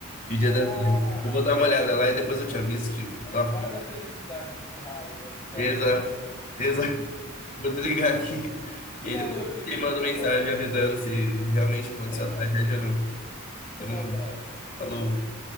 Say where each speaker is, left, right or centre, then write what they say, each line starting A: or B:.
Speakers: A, on the left (about 40°); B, on the left (about 20°).
A: De Dia
B: Ah,
A: das Mães. Eu
B: rapaz.
A: vou dar uma olhada lá e depois eu te aviso, tipo,
B: O-
A: nossa,
B: olha a felicidade indo pro ralo na- nos olhos
A: exato,
B: da sua esposa. né.
A: exato. Vou desligar aqui. E aí
B: Falou,
A: depois eu
B: querido,
A: te mando
B: até
A: mensagem
B: mais.
A: avisando se realmente aconteceu
B: É
A: a
B: nóis.
A: tragédia ou não. Tamo
B: Um abraço,
A: junto.
B: até
A: Falou.
B: mais.